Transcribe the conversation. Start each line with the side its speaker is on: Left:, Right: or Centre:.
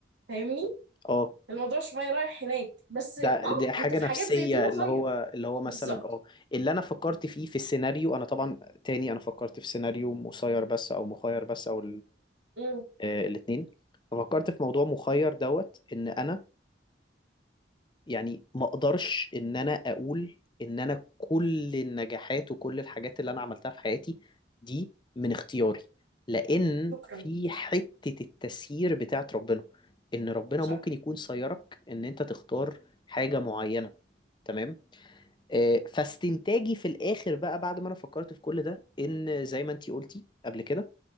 Right: فاهمني
Left: اه
Right: الموضوع شويه رايح هناك بس اه
Left: ده دي حاجه
Right: انت في
Left: نفسيه
Right: حاجات زي دي مخير
Left: اللي هو اللي هو مثلا
Right: بالظبط
Left: اه اللي انا فكرت فيه في السيناريو انا طبعا تاني انا فكرت في سيناريو مسير بس او مخير بس او
Right: امم
Left: الاثنين ففكرت في موضوع مخير دوت ان انا يعني ما اقدرش ان انا اقول ان انا كل النجاحات وكل الحاجات اللي انا عملتها في حياتي دي من اختياري لان
Right: شكرا
Left: في حتة التسيير بتاعت ربنا ان ربنا
Right: صح
Left: ممكن يكون سيرك ان انت تختار حاجة معينة تمام آه، فاستنتاجي في الاخر بقى بعد ما انا فكرت في كل ده ان زي ما انتي قلتي قبل كده